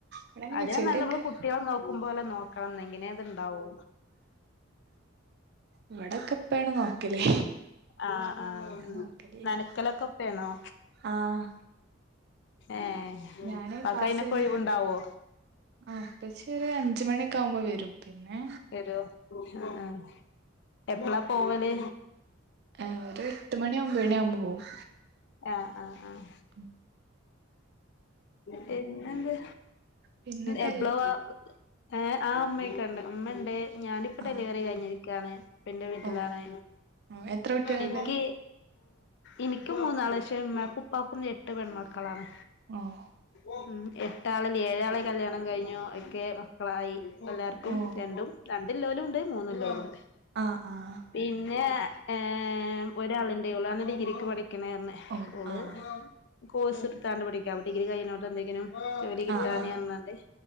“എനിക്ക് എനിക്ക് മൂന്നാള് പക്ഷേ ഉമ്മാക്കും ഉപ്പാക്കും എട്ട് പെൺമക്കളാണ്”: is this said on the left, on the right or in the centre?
Left